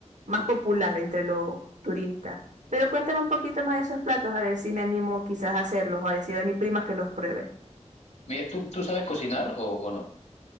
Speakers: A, on the right (about 80°); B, on the left (about 70°).
A: más popular entre los turistas. Pero cuéntame un poquito más de esos platos, a ver si me animo quizás a hacerlos o a decir a mi prima que los pruebe.
B: Mira, ¿tú, tú sabes cocinar o, o no?